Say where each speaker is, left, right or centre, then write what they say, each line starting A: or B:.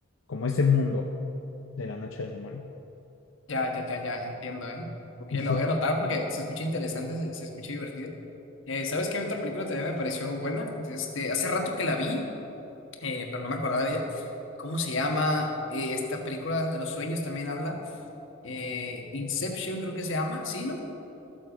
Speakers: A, on the left (about 80°); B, on the left (about 65°).
A: como ese mundo de la noche del demonio.
B: Ya, ya, ya, ya, entiendo, ¿eh? Ok,
A: Sí.
B: la voy a anotar porque se escucha interesante, se, se escucha divertida. Eh, ¿sabes qué otra película también me pareció buena? Este, hace rato que la vi, eh, pero no me acordaba de ella. ¿Cómo se llama? Eh, esta película de los sueños también habla. eh, Inception creo que se llama, ¿sí, no?